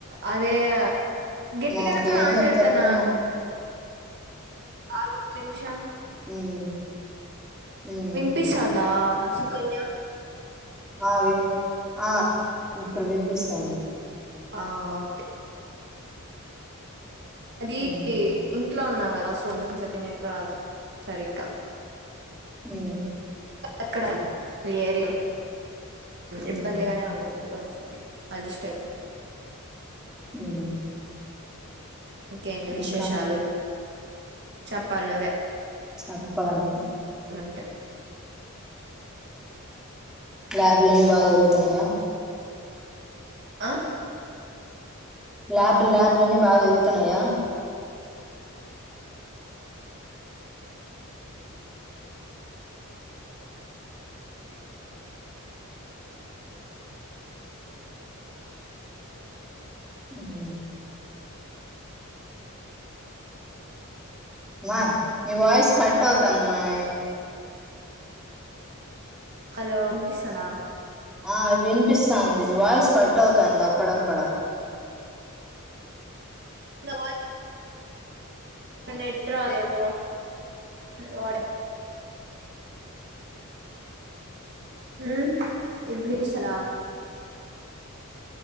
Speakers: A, on the right (about 50°); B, in the centre.
A: అదే గట్టిగానే
B: మాకు ఏం
A: మాట్లాడతానా
B: చెప్తారో ఏమో
A: ఆగు ఒక్క నిమిషం
B: ఉమ్ ఉమ్
A: వినిపిించాందా
B: ఓకే
A: అసుుకన్యా
B: ఆ వి ఆ ఇప్పుడు వినిపిస్తుడి
A: ఆ ఓకే అదిీ
B: ఉమ్
A: ఇకా ఇట్లా ఉన్నాం కదా సొంతకని చెప్పినట్టు రాదు సరిగ్గా
B: ఉ
A: ఎక్కడ లేరిలో ఇబ్బందిగానే
B: ఉమ్
A: ఉంటది కొంచెం అడ్జస్ట్ అయిపోం
B: ఉవు
A: ఇంకేంటి విశేషాలు
B: ఇంకా
A: చెప్పాలి నువ్వే
B: చెప్పాలి
A: అలుంటాయి
B: ల్యాబులన్నీ బాగా జొరుగుతున్నాయా
A: ఆ
B: ల్యాబ్ ల్యాబ్ లన్ని బాగా జరుగుతున్నాయా హు మా నీ వయిస్ కట్ అవుతాందిమై
A: హలో వినిపిస్థాందా
B: ఆ వినిపిస్తాంది నీ వాయిస్ కట్ అవుతాంది అక్కడక్కడ
A: నా వా నెట్ రాలె వా వాడ్ హు ఇప్పుడు వీ స్త ల